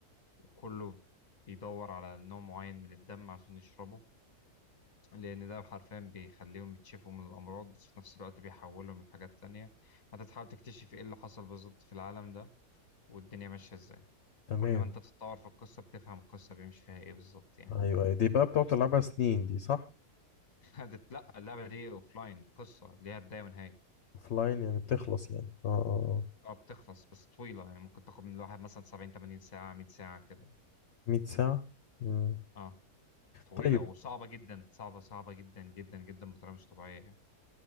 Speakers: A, on the left; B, on the left.
A: وكله بيدور على نوع معين من الدم عشان يشربه لأن ده حرفيا بيخليهم يتشفوا من الأمراض بس في نفس الوقت بيحولهم لحاجات تانية فأنت تحاول تكتشف إيه اللي حصل بالظبط في العالم ده والدنيا ماشية إزاي
B: تمام
A: كل ما أنت تتطور في القصة بتفهم القصة بيمشي فيها إيه بالظبط يعني
B: ايوه أيوة. دي بقى بتقعد تلعبها سنين دي صح
A: <laughs> هتت- لأ اللعبة دي أوفلاين قصة ليها بداية ونهاية
B: اوف لاين يعني بتخلص يعني اه اه آه.
A: اه بتخلص بس طويلة يعني ممكن تاخد من الواحد مثلا 70 80 ساعة 100 ساعة كده
B: 100 ساعة مم.
A: اه طويلة
B: طيب
A: وصعبة جدا صعبة صعبة جدا جدا جدا بطريقة مش طبيعية يعني.